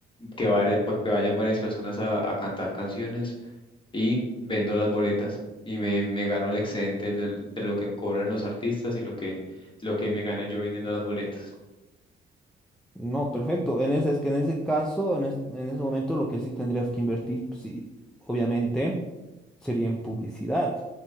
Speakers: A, on the left; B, in the centre.
A: que vayan, que vayan varias personas a, a cantar canciones y vendo las boletas y me, me gano el excedente del- de, lo que cobran los artistas y lo que, lo que me gane yo vendiendo las boletas.
B: No, perfecto. En ese, es que en ese caso, en, es- en ese momento, lo que sí tendrías que invertir, sí, obviamente, sería en publicidad.